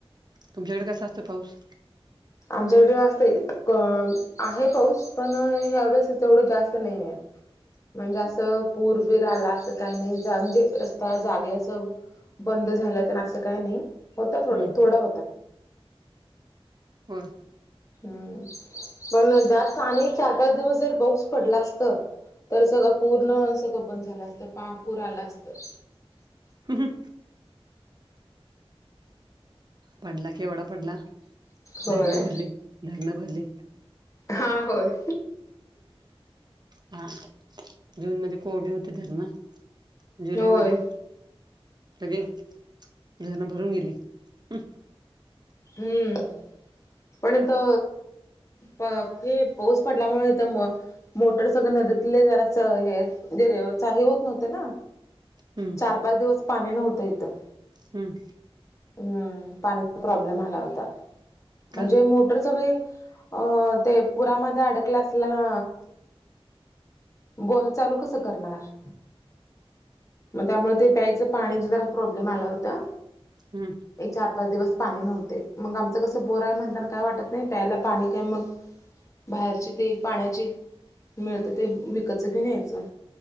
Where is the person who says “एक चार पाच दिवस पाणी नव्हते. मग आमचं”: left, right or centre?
Left